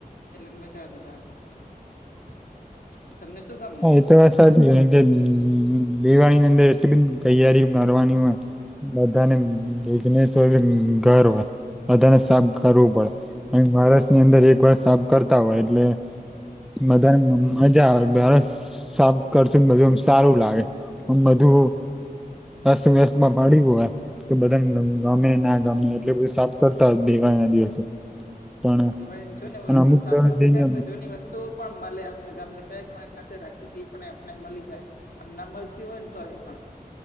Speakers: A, on the left (about 75°); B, in the centre.
A: એટલે મજા બધા-
B: <inaudible>
A: તમને શું ગમે?
B: હા એ સાચી કે દિવાળી ની અંદર એટલી બધી તૈયારી કરવાની હોય. બધાને બિઝનેસ હોય ઘર હોય બધાને સાબ કરવું પડે- અ મહારાષ્ટ્રની અંદર એક વારષ સાફ કરતા હોય એટલે- મધા ને મમ્મ જ આવે- સાફ કરશુંને બધું એમ સારું લાગે બધું-
A: હમ
B: અસ્ત વ્યસ્તમાં પાડ હો હોય તો બધાને ગમે ના ગમે એટલે બધું સા- કરતા હો ભેવાાણ ના દિવસે- પણ
A: હા દિવાળીની જો ને વસ્તુ
B: અમુક
A: સાફ સફાઈ
B: જઈને
A: કરી તો જોની વસ્તુ- તો પણ મળે આપને ગર ક કોણે ખાંચે રાખી હતી એ પણ આપને મળી જાય- આમ ના મળતી હોય ને તો એ પણ-